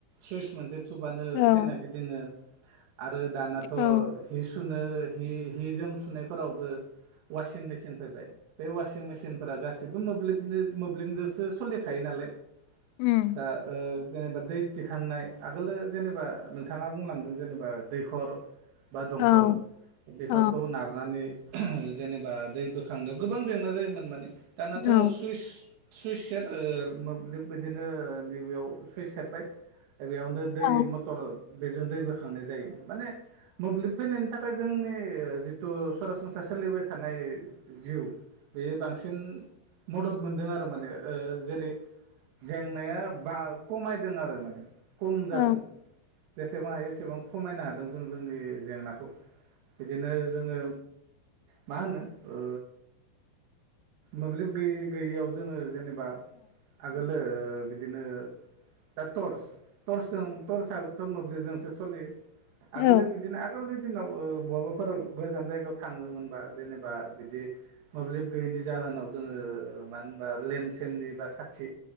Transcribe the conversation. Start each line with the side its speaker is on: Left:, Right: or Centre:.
Right: सुइस मोनसे थुबानो
Left: औ
Right: फेेना गिदिङो। आरो दानाथ'
Left: औ
Right: हि सुनो हि हि जोम सुनायफोरावबो वासिं मे सिन फैबाय बे वासिं मेचिन फोर गासिबो मोब्लिब मोब्लिबजोंसो सलिखायो नालाय।
Left: उम
Right: दा ओ जेनेबा दै दिखांनाय आगोलो जेनेबा नोंथाङा बुंलांदों जेनेबा दैखर बा दंखल
Left: औ
Right: बेफोरखौ
Left: औ
Right: नारनानै जेनेबा दै बोखांनायाव गोबां जेंना जायोमोन माने दानाथ'
Left: औ
Right: सुइस सुइस सेर ओ मोब्लिब बिदिनो नैबेयाव सुइस सेरबाय। बेयावनो दै
Left: औ
Right: मथर बेजों दै बोखांनाय जायो माने मोब्लिब फैनायनि थाखाय फ्राय जोंनि जिथु सरासनस्रा सोलिबाय थानाय जिउ बेयो बांसिन मदद मोनदों आरो माने ओ जेरै जेंनाया बाहो खमायदों आरो माने खम जादों।
Left: औ
Right: जेसेबां हायो एसेबां खमायनो हादों जों जोंनि जेंनाखौ। बिदिनो जोङो मा होनो ओ मोब्लिब गै गैयियाव जोङो जेने बा आगोलो बिदिनो दा टर्स टर्चजों टर्साबोथ' मोब्लिबजोंसो सलियो
Left: औ
Right: आगोलो बिदिनो आगोल दिनाव ओ बहाबाफोर गोजान जायगायाव थाङोमोनबा जेनेबा बिदि मोब्लिब गैयैनि जाहोनाव जोङो मानो होनबा लेम सेमनि बा साथि